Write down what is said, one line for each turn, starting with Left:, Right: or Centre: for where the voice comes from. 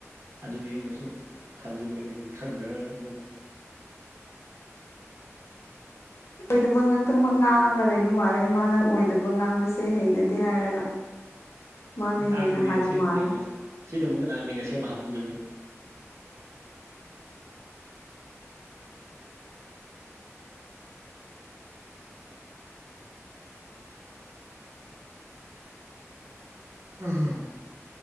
Right: ꯑꯗꯨꯗꯤ ꯑꯩꯅ ꯁꯨꯝ ꯊꯝꯖꯤꯟꯕ ꯈꯪꯗ꯭ꯔꯅꯤꯅ ꯃꯤꯅ
Left: ꯑꯣꯏꯗꯕ ꯉꯥꯛꯇꯪꯃꯛ ꯉꯥꯡꯉꯒ ꯂꯩꯕ ꯃꯥꯜꯂꯦ ꯃꯥꯅ ꯑꯣꯏꯗꯕ ꯉꯥꯡꯕꯁꯦ ꯍꯩꯅꯗꯦ ꯍꯥꯏꯔꯒ ꯃꯥꯅ
Right: ꯉꯥꯡꯗꯦ
Left: ꯍꯦꯟꯅ ꯍꯥꯏꯕ
Right: ꯑꯁꯦꯡꯕꯅꯦ
Left: ꯃꯥꯜꯂꯦ
Right: ꯁꯤꯗꯕꯨ ꯀꯅꯥꯅ ꯑꯁꯦꯡꯕ ꯍꯥꯞꯂꯝꯗꯣꯏꯅꯣ ꯎ